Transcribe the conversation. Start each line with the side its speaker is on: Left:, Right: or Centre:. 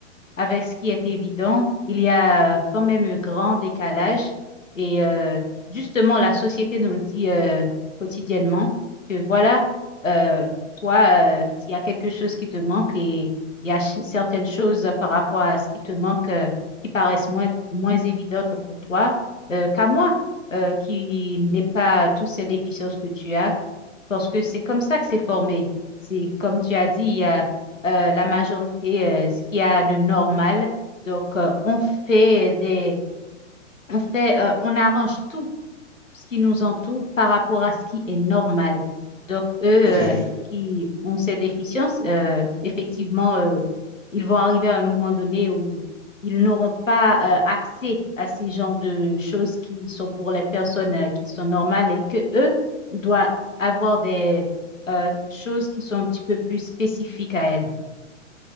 Left: avec ce qui est évident, il y a euh, quand même un grand décalage. Et euh, justement, la société nous le dit euh, quotidiennement que voilà, euh, toi, euh, il y a quelque chose qui te manque et il y a ch- certaines choses euh, par rapport à ce qui te manque euh, qui paraissent moins, moins évidentes pour toi euh, qu'à moi, euh, qui n'ai pas tous ces déficiences que tu as. Parce que c'est comme ça que c'est formé. C'est comme tu as dit, il y a euh, la majorité, euh, ce qu'il y a de normal. Donc, euh, on fait des, on fait, euh, on arrange tout ce qui nous entoure par rapport à ce qui est normal. Donc, eux euh,
Right: Ça c'est juste.
Left: qui ont ces déficiences, euh, effectivement, euh, ils vont arriver à un moment donné où ils n'auront pas euh, accès à ces genres de choses qui sont pour les personnes euh, qui sont normales et que eux doivent avoir des euh, choses qui sont un petit peu plus spécifiques à elle.